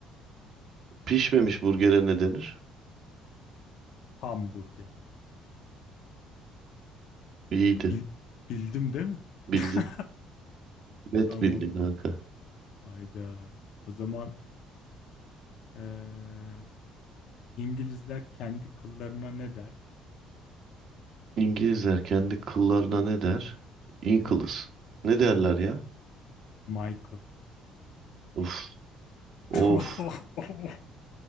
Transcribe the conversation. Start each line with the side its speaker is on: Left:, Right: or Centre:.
Right: Pişmemiş burgere ne denir?
Left: hamburger.
Right: İyiydi.
Left: Bil- bildim değil mi?
Right: Bildin.
Left: <laughs>
Right: Net
Left: Tamam.
Right: bildin kanka.
Left: Hayda. O zaman eee, İngilizler kendi kıllarına ne der?
Right: İngilizler kendi kıllarına ne der? Inkles. Ne derler ya?
Left: Michael.
Right: Of. Of.
Left: <laughs>